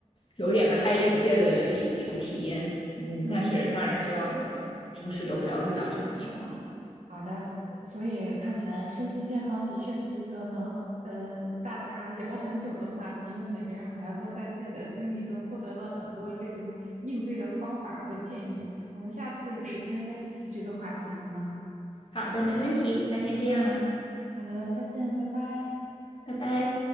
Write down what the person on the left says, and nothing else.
有点开眼界的一一个体验。嗯，
但是当然希望我们平时都不要遇到这种情况。
好的，没问题，那先这样啦，
拜拜。